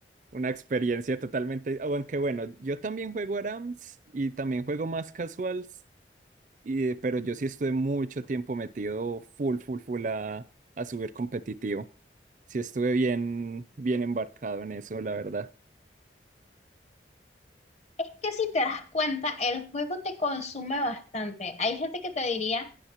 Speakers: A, on the right; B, on the left.
A: una experiencia totalmente, aunque bueno, yo también juego Arams y también juego más casuals, y, pero yo sí estuve mucho tiempo metido full, full, full a, a subir competitivo. Sí estuve bien, bien embarcado en eso, la verdad.
B: Es que si te das cuenta, el juego te consume bastante. Hay gente que te diría,